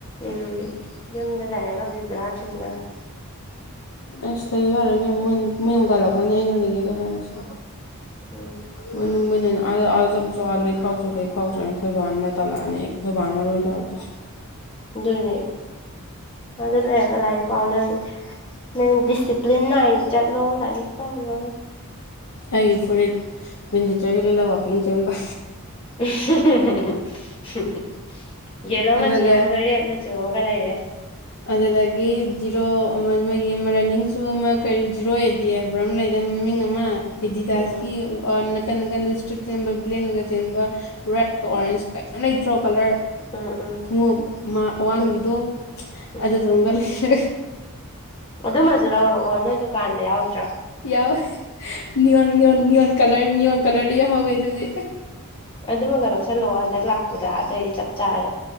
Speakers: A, on the left; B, on the left.
A: ꯎꯝ ꯌꯨꯝꯗ ꯂꯩꯔꯒ ꯕꯤꯕꯨꯂꯥ ꯆꯨꯅꯕꯅꯤ
B: ꯑꯁ ꯂꯩꯌꯨ ꯌꯥꯔꯣꯏ ꯏꯕꯦꯝꯃ ꯃꯣꯏꯅ ꯃꯣꯏꯅꯕꯨ ꯇꯥꯜꯂꯛꯀꯅꯤ ꯑꯩꯅ ꯂꯩꯒꯦ ꯍꯥꯏꯔꯁꯨ
A: ꯎꯝ
B: ꯃꯣꯏꯅ ꯃꯣꯏꯅ ꯑꯥꯗ ꯑꯥꯗ ꯆꯠꯂꯨꯆꯣ ꯑꯥ ꯂꯥꯏꯔꯤꯛ ꯄꯥꯎꯆꯣ ꯂꯥꯏꯔꯤꯛ ꯄꯥꯎꯆꯣ ꯑꯩꯟ ꯈꯣꯏꯕꯥꯅ ꯇꯥꯂꯛꯑꯅꯤ ꯑꯩ ꯈꯣꯏꯕꯥꯅ ꯃꯔꯨ ꯑꯣꯏꯅ ꯇꯥꯜꯂꯛꯇꯣꯏꯖꯦ
A: ꯑꯗꯨꯅꯦ ꯑꯥꯗ ꯂꯩꯔꯒ ꯂꯥꯏꯔꯤꯛ ꯄꯥꯎ ꯅꯪ ꯅꯪ ꯗꯤꯁꯤꯄ꯭ꯂꯤꯟ ꯅꯥꯏꯅ ꯆꯠꯂꯣ ꯂꯥꯏꯔꯤꯛ ꯄꯥꯔꯣ
B: ꯑꯩꯒꯤ ꯐꯨꯔꯤꯠ ꯋꯤꯟ ꯖꯤꯇ꯭ꯔ ꯖꯦ ꯂꯤꯠꯂ ꯋꯥꯛꯀꯤꯡ ꯆꯦꯟꯕ
A: ꯎꯝ ꯍꯨꯝ ꯍꯨꯝ ꯍꯨꯝ ꯌꯦꯂꯣ
B: ꯑꯗꯨꯒ
A: ꯃꯆꯨ ꯑꯃꯒ ꯔꯦꯠ ꯆꯨ ꯑꯃꯒ ꯂꯩꯔꯦ
B: ꯑꯗꯨꯗꯒꯤ ꯖꯤꯔꯣ ꯑꯃ ꯃꯣꯏꯒꯤ ꯑꯃ ꯔꯟꯅꯤꯡ ꯁꯨ ꯑꯃ ꯀꯔꯤ ꯖꯤꯔꯣ ꯑꯦꯗꯤꯑꯕ ꯂꯩ ꯃꯃꯤꯡ ꯑꯃ ꯑꯦꯗꯤꯗꯥꯁꯀꯤ
A: ꯎꯝ
B: ꯅꯀꯟ ꯀꯟꯗ ꯏꯁꯇ꯭ꯔꯤꯞ ꯆꯦꯟꯕ ꯕ꯭ꯂꯦꯛꯅꯒ ꯆꯦꯟꯕ ꯔꯦꯠꯀ ꯑꯣꯔꯦꯟꯖꯀ ꯌꯥꯝ ꯂꯩꯇ꯭ꯔꯣ ꯀꯂꯔ
A: ꯎꯝ ꯎꯝ
B: ꯈꯨꯉꯨꯞ ꯑꯃ ꯑꯋꯥꯡꯕꯤꯗꯣ
A: ꯎꯝ ꯎꯝ
B: ꯑꯗꯨ ꯗꯨꯝꯒ ꯂꯩꯔꯒ
A: ꯑꯗꯨꯃꯁꯨ ꯂꯧꯔꯛꯑꯣ ꯅꯣꯏ ꯗꯨꯀꯥꯟꯗ ꯌꯥꯎꯗ꯭ꯔꯣ
B: ꯌꯥꯎꯋꯦ ꯅꯤꯌꯣꯟ ꯅꯤꯌꯣꯟ ꯅꯤꯌꯣꯟ ꯀꯂꯔꯅꯤꯌꯣꯟ ꯀꯂꯔꯗꯤ ꯌꯥꯎ ꯍꯧꯋꯦ ꯑꯗꯨꯗꯤ
A: ꯑꯗꯨꯃꯒ ꯂꯧꯁꯤꯜꯂꯛꯑꯣ ꯍꯟꯗꯛ ꯂꯥꯛꯄꯗ ꯑꯗꯨꯑꯣꯏꯗꯤ ꯆꯞ ꯆꯥꯔꯦ